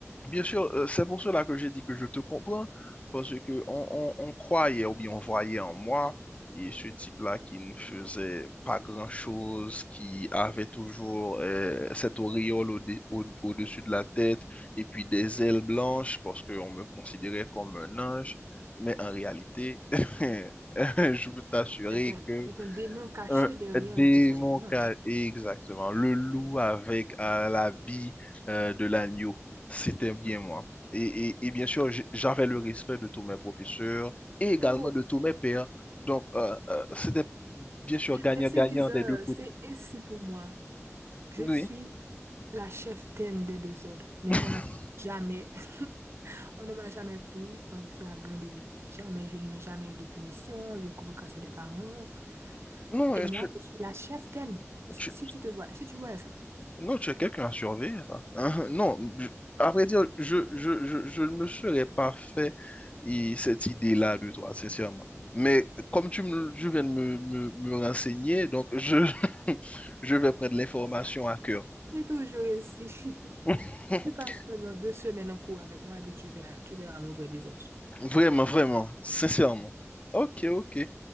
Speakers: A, on the left; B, on the right.
A: Bien sûr, euh, c'est pour cela que j'ai dit que je te comprends, parce que on, on- on croyait ou bien on voyait en moi et ce type-là qui ne faisait pas grand-chose, qui avait toujours euh, cette auréole au, dé- au- au-dessus de la tête et puis des ailes blanches parce qu'on me considérait comme un ange, mais en réalité, <laughs> je peux t'assurer
B: C'est un, c'est un démon caché
A: un
B: derrière
A: démon,
B: le visage de l'ange.
A: cal- exactement. Le loup avec euh, l'habit euh, de l'agneau. C'était bien moi. Et, et- et bien sûr, j- j'avais le respect de tous mes professeurs et également
B: Oh,
A: de tous mes pairs. Donc, euh, euh, c'était bien sûr gagnant-gagnant
B: Mais c'est bizarre,
A: des deux côtés.
B: c'est ainsi pour moi. Je
A: Oui.
B: suis la cheftaine des désordres, mais
A: <laughs>
B: on, jamais, <laughs> on ne m'a jamais pris en flagrant délit. Jamais, je n'ai jamais eu de punition, de convocation des parents.
A: Non,
B: Et
A: euh,
B: moi, je suis la cheftaine. Si
A: tu,
B: si tu te vois, si tu vois ça,
A: Non, tu as quelqu'un à surveiller, ça. Hein, hein, Non, je- à vrai dire, je, je, je, je ne me serais pas fait et cette idée-là de toi, sincèrement. Mais comme tu, me, je viens de me, me, me renseigner, donc je, <laughs> je vais prendre l'information à cœur.
B: c'est toujours ainsi. <laughs>
A: <laughs>
B: Tu passes seulement deux semaines en cours avec moi et puis tu verras, tu verras mon vrai visage.
A: Vraiment, vraiment, sincèrement. Ok, ok.